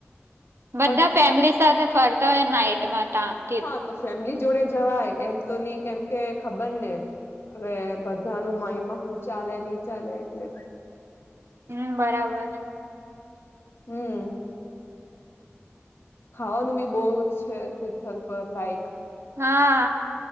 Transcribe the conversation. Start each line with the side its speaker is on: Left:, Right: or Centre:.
Right: બધા
Left: પણ
Right: ફેમિલી સાથે ફરતા હોય નાઈટમાં ત
Left: હા તો ફેમિલી જોડે જવાય એમ તો નની કેમ કે ખબર ને હવે બધા ન માઈન્ડમાં હું ચાલે ની ચાલે એટલે
Right: હમ બરાબર
Left: હમ ખાવાનું બી બહુ જ છે તિથલ પર લાઇક
Right: હા